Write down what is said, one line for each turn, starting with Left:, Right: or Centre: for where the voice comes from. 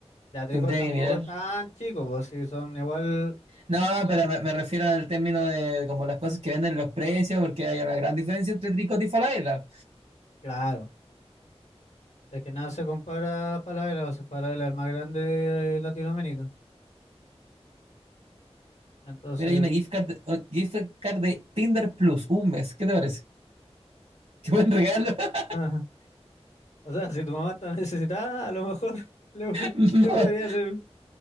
Left: Ya Tricot
Right: tendría
Left: tampoco
Right: que mirar.
Left: es tan chico, pues si son igual,
Right: No, pero me, me refiero al término de como las cosas que venden los precios, porque hay una gran diferencia entre Tricot y Falabella.
Left: claro. Es que nada se compara a Falabella, o si Falabella es el más grande de Latinoamérica. Entonces,
Right: Mira, hay una gift card, o- gift card de Tinder Plus, un mes. ¿Qué te parece? <laughs> ¿Qué buen regalo? <laughs>
Left: <laughs> nada. O sea, si tu mamá está necesitada, a lo mejor <laughs> le,
Right: No,
Left: le podría hacer.